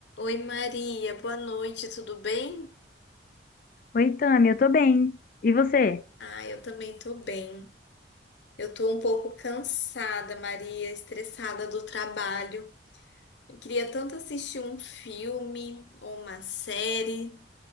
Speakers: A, on the left (about 70°); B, on the left (about 45°).
A: Oi Maria, boa noite, tudo bem?
B: Oi, Tami, eu tô bem. E você?
A: Ah, eu também tô bem. Eu tô um pouco cansada, Maria, estressada do trabalho. Eu queria tanto assistir um filme ou uma série.